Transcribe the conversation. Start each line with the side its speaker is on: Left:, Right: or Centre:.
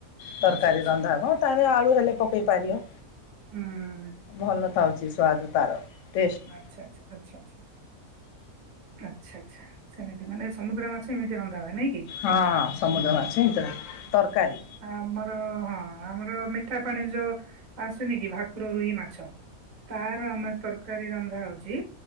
Left: ତରକାରୀ
Right: ଆଚ୍ଛା ଆଚ୍ଛା
Left: ରନ୍ଧା ହବ ତାରେ ଆଳୁ ହେଲେ ପକେଇ ପାରିବ।
Right: ହୁଁ
Left: ଭଲ ଥାଉଚି ସୁଆଦ ତାର ଟେଷ୍ଟ।
Right: ଆଚ୍ଛା ଆଚ୍ଛା ଆଚ୍ଛା ଆଚ୍ଛା ଆଚ୍ଛା ଆଚ୍ଛା ସେମିତି ମାନେ ସମୁଦ୍ର ମାଛ ଏମିତି ରନ୍ଧା ହୁଏ ନାଇଁକି?
Left: ହଁ ସମୁଦ୍ର
Right: ହୁଁ
Left: ମାଛ ହେଇଥିଲା ତରକାରୀ
Right: ଆମର ହଁ ଆମର ମିଠା ପାଣି ଯୋଉ ଆସୁନି କି ଭାକୁର ରୋହି ମାଛ ତାର ଆମେ ତର ତରକାରୀ ରନ୍ଧା ହଉଛି,